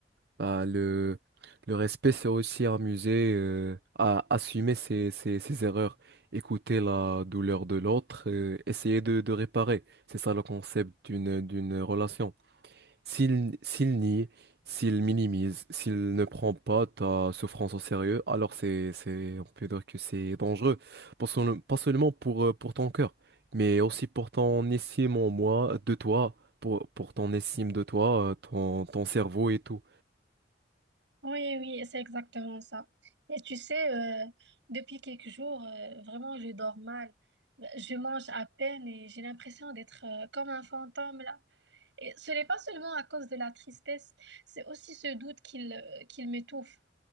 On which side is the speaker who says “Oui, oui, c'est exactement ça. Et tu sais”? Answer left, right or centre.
Right